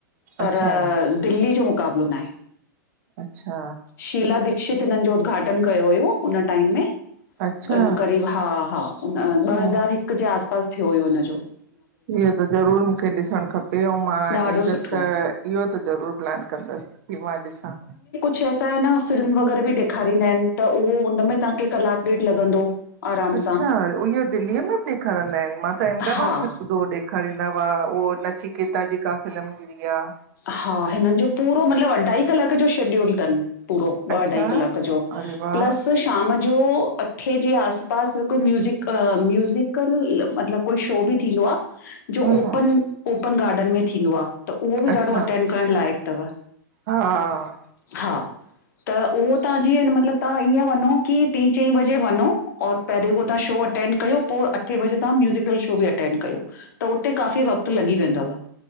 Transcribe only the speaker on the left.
पर
दिल्ली जो मुक़ाबिलो नाहे।
शीला दिक्षित हिननि जो उद्घाटन कयो हुयो हुन टाइम में
ॻन क़रीब हा हा उन ॿ
हज़ार हिकु जे आस पास थियो हुयो इनजो।
ॾाढो
सुठो
छ सा हे न फिल्म वग़ैरह बि ॾेखारींदा आहिनि त उहो हुनमें तव्हांखे कलाकु ॾेढ लॻंदो आराम
सां
हा
हा हिननि जो पूरो मतिलबु अढाई कलाक जो शेड्यूल तनि पूरो ॿ
अढाई कलाक जो।
प्लस शाम जो अठे जे आस पास हिकु म्यूज़िक अ म्यूज़िकल मतिलबु कोई शो बि थींदो आ जो
ओपन
ओपन गार्डन में थींदो आ त उहो बि
ॾाढो अटैंड करण लाएक तव
हा। त उहो तव्हां जीअं मतलबु तव्हां ईअं वनो की टीं चईं बजे वनो। और पहिरीं उह तव्हां शो अटेंड कयो पो अठे बजे तव्हां म्यूज़िकल शो बि अटेंड कयो। त उते काफ़ी वक़्तु लॻी वेंदव।